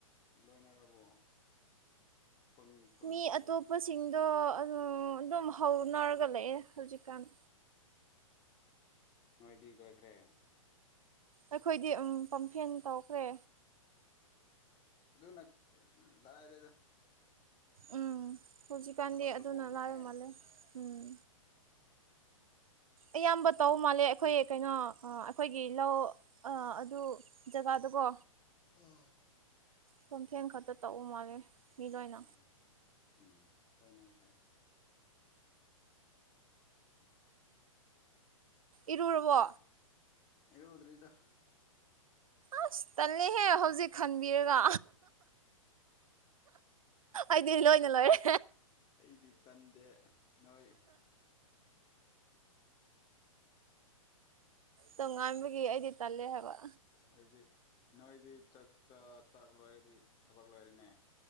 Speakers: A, on the left; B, on the right.
A: ꯂꯣꯏꯅꯔꯕꯣ ꯈꯨꯟ ꯈꯨꯟꯒꯤ
B: ꯃꯤ ꯑꯇꯣꯞꯄꯁꯤꯡꯗꯣ ꯑꯗꯨꯝ ꯍꯧꯅꯔꯒ ꯂꯩꯑꯦ ꯍꯧꯖꯤꯛꯀꯥꯟ
A: ꯅꯣꯏꯗꯤ ꯂꯣꯏꯈ꯭ꯔꯦ
B: ꯑꯩꯈꯣꯏꯗꯤ ꯄꯝꯐꯦꯟ ꯇꯧꯈ꯭ꯔꯦ
A: ꯑꯣ ꯑꯗꯨꯅ ꯂꯥꯏꯔꯦꯗ
B: ꯎꯝ ꯍꯧꯖꯤꯛꯀꯥꯟꯗꯤ
A: ꯊꯕꯛꯁꯨ
B: ꯑꯗꯨꯅ
A: ꯀꯣꯝꯃꯦ
B: ꯂꯥꯏꯌꯧ ꯃꯥꯜꯂꯦ ꯎꯝ ꯑꯌꯥꯝꯕ ꯇꯧ ꯃꯥꯜꯂꯦ ꯑꯩꯈꯣꯏ ꯀꯩꯅꯣ ꯑꯩꯈꯣꯏꯒꯤ ꯂꯧ ꯑꯗꯨ ꯖꯒꯥꯗꯨꯀꯣ
A: <unintelligible>
B: ꯈꯣꯟꯊꯦꯟ ꯈꯛꯇ ꯇꯩꯕ ꯃꯥꯜꯂꯦ ꯃꯤ ꯂꯣꯏꯅ
A: ꯎꯝ ꯎꯝ ꯇꯧꯅꯥ ꯍꯥꯏ
B: ꯏꯔꯨꯔꯕꯣ
A: ꯏꯔꯨꯗ꯭ꯔꯤꯗ
B: ꯑꯁ ꯇꯜꯂꯍꯦ ꯍꯧꯖꯤꯛ ꯈꯟꯕꯤꯔꯒ ꯑꯩꯗꯤ ꯂꯣꯏꯅ ꯂꯣꯏꯔꯦ
A: ꯑꯩꯗꯤ ꯇꯟꯗꯦ ꯅꯣꯏ
B: ꯇꯣꯉꯥꯟꯕꯒꯤ ꯑꯩꯗꯤ ꯇꯜꯂꯦ ꯍꯥꯏꯕ
A: ꯑꯗꯨꯗꯤ ꯅꯣꯏꯗꯤ ꯆꯥꯛ ꯆ ꯆꯥꯛ ꯂꯣꯏꯔꯗꯤ ꯊꯕꯛ ꯂꯣꯏꯔꯦꯅꯦ